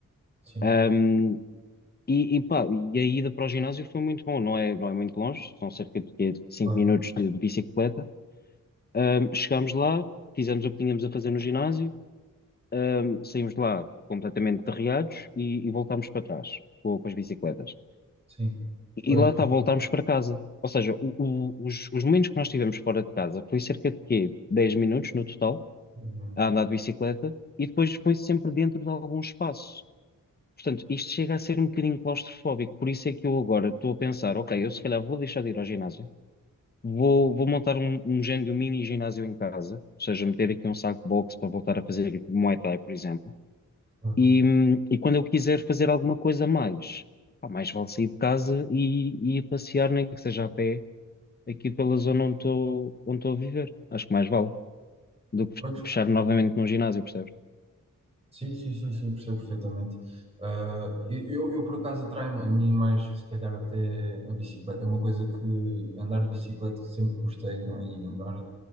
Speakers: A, on the right; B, on the left.
A: sim,
B: Ahm, e, e pá, e a ida para o ginásio foi muito bom, não é, não é muito longe, são cerca de quê, 5
A: claro,
B: minutos de, de bicicleta. Ahm, chegámos lá, fizemos o que tínhamos a fazer no ginásio, ahm, saímos de lá completamente derreados e, e voltámos para trás com, com as bicicletas.
A: sim,
B: E
A: pois,
B: lá está, voltámos para casa. Ou seja, o- o- os, os momentos que nós tivemos fora de casa foi cerca de quê? 10 minutos no total,
A: sim,
B: a andar de bicicleta, e depois foi sempre dentro de algum espaço. Portanto, isto chega a ser um bocadinho claustrofóbico, por isso é que eu agora estou a pensar, ok, eu se calhar vou deixar de ir ao ginásio, vou, vou montar um, um género de um mini ginásio em casa, ou seja, meter aqui um saco de boxe para voltar a fazer tipo Muay Thai, por exemplo,
A: claro,
B: e, hum, e quando eu quiser fazer alguma coisa a mais, pá, mais vale sair de casa e, e ir passear, nem que seja a pé aqui pela zona onde estou onde estou a viver. Acho que mais vale do que
A: pois.
B: fechar novamente num ginásio, percebes?
A: Sim, sim, sim, sim, percebo perfeitamente. Ah, eu, eu, por acaso, atrai-me a mim mais, se calhar, até a bicicleta. É uma coisa que andar de bicicleta sempre gostei, né? E andar